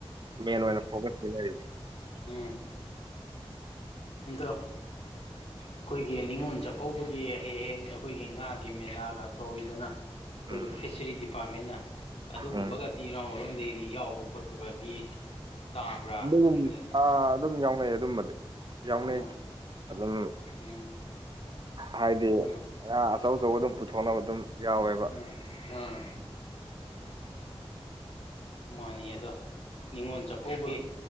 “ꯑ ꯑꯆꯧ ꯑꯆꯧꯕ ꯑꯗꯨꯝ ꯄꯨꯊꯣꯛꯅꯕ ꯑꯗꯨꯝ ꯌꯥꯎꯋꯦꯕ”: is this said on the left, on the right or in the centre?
Right